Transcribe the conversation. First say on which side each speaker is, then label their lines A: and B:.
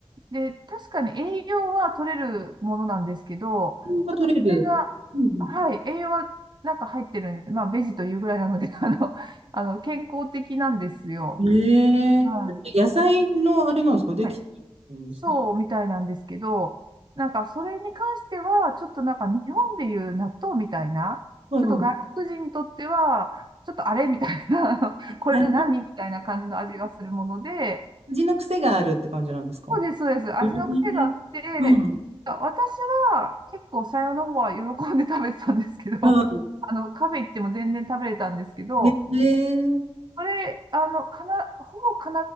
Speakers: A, on the right (about 45°); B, on the right (about 80°).
A: で、確かに栄養は取れるものなんですけど、
B: が取れる。
A: ちょっとそれが、
B: うん
A: はい、栄養はなんか入ってる、まあ、ベジというぐらいなので、<laughs> あの、あの、健康的なんですよ。
B: うん。ええ野菜のあれなんですかできてるんですか
A: はい。はい。そうみたいなんですけど、なんかそれに関しては、ちょっとなんか日本でいう納豆みたいな、
B: はいはい。
A: ちょっと外国人にとっては、ちょっとあれみたいな、<laughs> あのこれ何みたいな感じの味がするもので、
B: 味、味の癖があるって感じなんですか
A: そうです、そうです。味の癖があって、
B: うん。うん。
A: あ私は結構さよの方は喜んで食べてたんですけど、<laughs>
B: うん
A: あの、カフェ行っても全然食べれたんですけど、
B: ねえ
A: これ、あの、かな、ほぼ必